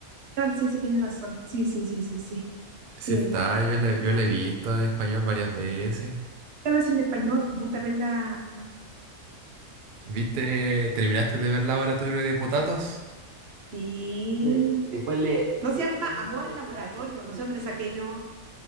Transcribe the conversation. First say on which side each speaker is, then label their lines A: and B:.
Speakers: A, on the right; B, on the right.
A: no, sí, sí, tienes razón. Sí, sí, sí, sí, sí.
B: Sí
A: Sí,
B: está,
A: verdad. Yo
B: yo la yo la he visto en español varias veces.
A: voy a ver si en español, me gusta ver la
B: ¿Viste? ¿Terminaste de ver Laboratorio de Potatos?
A: Sí. Después le, No se le llama Amor en Laboratorio, gracias, no sé dónde le saqué yo.